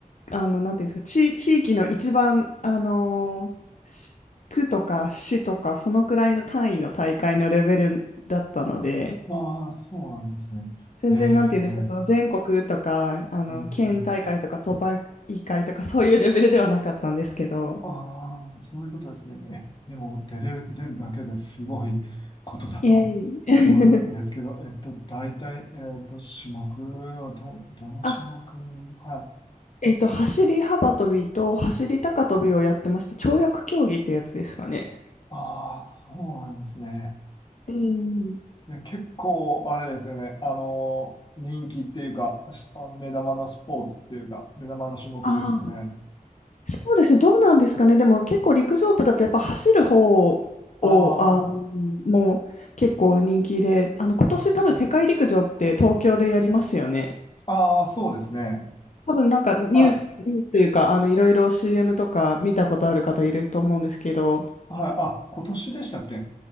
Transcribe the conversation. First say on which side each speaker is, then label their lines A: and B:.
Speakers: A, on the left (about 60°); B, on the left (about 30°).
A: あの、なんていうんですか、地、地域の一番、あのーし区とか市とか、そのくらいの単位の大会のレベルだったので、
B: まあ、そうなんですね。
A: 全然、
B: ええ、
A: なんていうんですか、
B: うん
A: その全国とか、あの、
B: うん。
A: 県大会とか、都大会とか、そういうレベルではなかったんですけど。
B: ああ、そういうことですね。え、でも、出れる、出るだけですごいことだと思うんですけど、
A: いえいえ。<laughs>
B: えっと、大体、えっと、種目をど、どの種目、
A: あ、
B: は
A: えっと、
B: い、出たんです。
A: 走り幅跳びと走り高跳びをやってました。跳躍競技ってやつですかね。
B: ああ、そうなんですね。
A: うん
B: へね、結構、あれですよね。あの、人気っていうか、しあの目玉のスポーツっていうか、目玉の種目ですよね。
A: あ、そうですね、どうなんですかね、でも結構陸上部だとやっぱ走る方をあの
B: ああ、
A: もう結構人気で、あの今年多分世界陸上って東京でやりますよね。
B: うんああ、そうですね。
A: 多分なんかニュース、
B: はい。
A: ニュースというか、あのいろいろ CM とか見たことある方いると思うんですけど、
B: はい。あ、今年でしたっけ